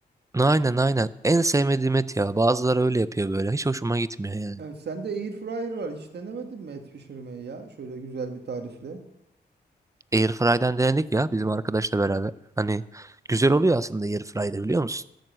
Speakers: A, on the right (about 20°); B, on the right (about 75°).
A: Aynen aynen en sevmediğim et ya bazıları öyle yapıyor böyle hiç hoşuma gitmiyor yani.
B: Evet, sende air fryer var. Hiç denemedin mi et pişirmeyi ya? Şöyle güzel bir tarifle.
A: Airfryer'den denedik ya bizim arkadaşla beraber hani güzel oluyor aslında Airfryer'de biliyor musun?